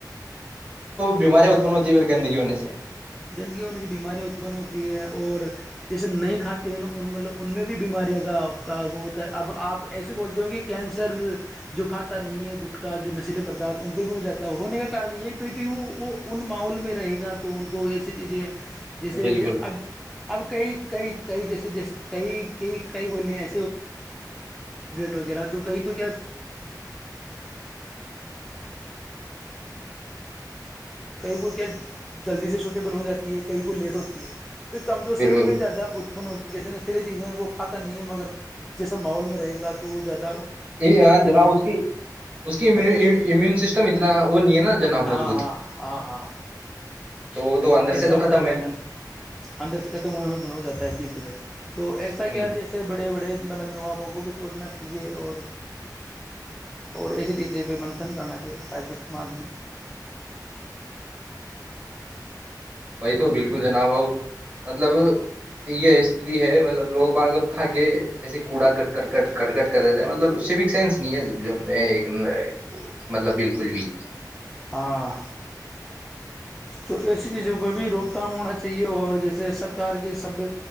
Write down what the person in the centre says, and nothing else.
گندگی میںنے بیماریاں اتپن ہوتی ہے اور جیسے نہیں کھاتے ہیں نا ملب ان میں بھی بیماریاں کا وہ ہوتا ہے اب آپ ایسے بولتے ہو کہ کینسر جو کھاتا نہیں ہے گٹکا جو نشیلے پدارتھ ان کو بھی ہو جاتا ہے ہونے کا کارن یہی تو کہ وہ وہ ان ماحول میں رہے گا تو کوئی ایسے چیزے جیسے
اب اب کئی کئی کئی جیسے ج ج کئی ک کئی گول ہیں وغ ی م جی جلدی سے سوٹیبل ہو جاتی ہے کہیں کو لیٹ ہوتی ہے تو کمزور شری
میں زدہ اتپن ہووںی جیسے ن سلی چیزیں وہ کھاتا نہیں ہے مگر جیسا ماحول میں رہ گا تو وہ جاتدا
اٹریکٹ
ہاں
ہاں ہاں ہاں
ایسا
ہوتا
ہے بھائی جان اندر سے ختم ہو جاتا ہے دھیرے دھیرے تو ایسا کیا
جیسے بڑے بڑے مطلب نوابوں کو بھی اس سوچنا چاہیے اور اور ایسی چیزیں پہ منتھن کرنا چاہیے تاکہ سماج میں
ہاں تو ایسی چیزوں کو بھی روک تھام ہونا چاہیے اور جیسے سرکار کے سب